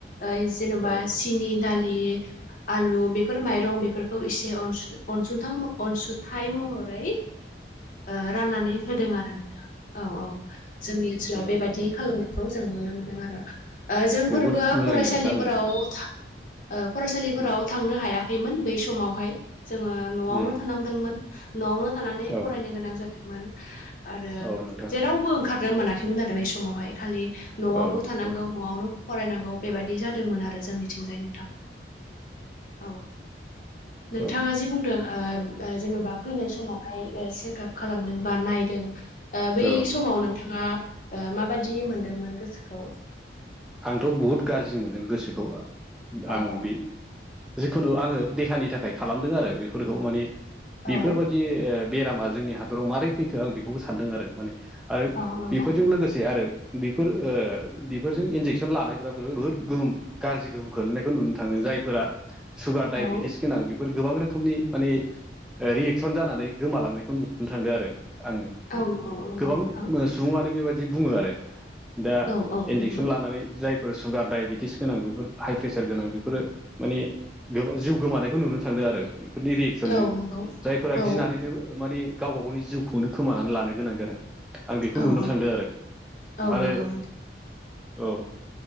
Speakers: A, on the left (about 45°); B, in the centre.
A: ओइ जेनेबा
B: औ
A: सिनि दालि आलु बेफोर माइरं बेफोरखौ इसे अनस अनसुंथां म अनसुथाइ महरै ओ राननानै होदों आरो नोंथां औ औ। जोंनि ओनसोलाव
B: उम
A: बेबायदि खालामनायखौ जों नुनो मोन्दों आरो ओ जोंफोरबो
B: बहुद मोजांनि
A: फरायसालिफोराव
B: खोथा ओं
A: था ओ फरायसालिफोराव
B: उम
A: थांनो हायाखैमोन बै समावहाय जोङो न'आवनो
B: उम
A: थानांदोंमोन। न'आवनो थानानै
B: औ
A: फरायनो गोनां जादोंमोन आरो
B: औ नोंथां
A: जेरावबो ओंखारनो मोनाखैमोन आ बै समावहाय खालि न'आवल'
B: औ
A: थानांगौ
B: औ
A: न'आवनो फरायनांगौ बेबादि जादोंमोन आरो जोंनि निथिंजाय नोंथां। औ नोंथाङा
B: औ
A: जि बुंदों ओब ओ जेन'बा फैनाय समावहाय ओ चेकाप खालामदों बा नायदों ओ बै
B: औ
A: समाव नोंथाङा ओ माबादि मोनदोंमोन गोसोखौ?
B: आंथ' बहुद गारजि मोनदों गोसोखौ
A: औ
B: आं
A: औ
B: बे जिखुनु आङो देहानि थाखाय खालामदों आरो बेफोरखौ माने बेफोर
A: औ
B: बा दि ओ बेरामा जोंनि हादराव मारै फैखो आं बेखौबो सानदों आरो माने आरो
A: औ नंगौ
B: बेफोरजों लोगोसे आरो बेफोर ओ <unintelligible> बेफोरजों इनजेकसन लानायफोरा बुहुत गोहोम गाज्रि गोहोम खोलैनायखौ नुनो थांदों जायफोरा सुगार डाइबेटिस
A: औ
B: गोनां बेफोर गोबां रोखोमनि माने रियेकसन जानानै गोमालांनायखौ नुनो थांदों आरो आङो।
A: औ नंगौ नंगौ
B: गोबां
A: नोंथां
B: सुबुङानो बेबायदि बुङो आरो दा
A: औ औ
B: इन्जेकसन
A: नंगौ
B: लानानै जायफोर सुगार डायबेटिस गोनां बेफोर हाइ प्रेसार गोनां बेफोरो माने जिउ गोमानायखौ नुनो थांदों आरो। बेफोरनि रियेक्सनजों
A: औ नंगौ
B: जायफोरा
A: औ
B: गिनानैनो माने गावबा गावनि जिउखौनो खोमानानै लानो गोनां जादों। आं बेखौ
A: औ
B: नुनो
A: औ
B: थांदों आरो
A: औ
B: आरो
A: नंगौ
B: औ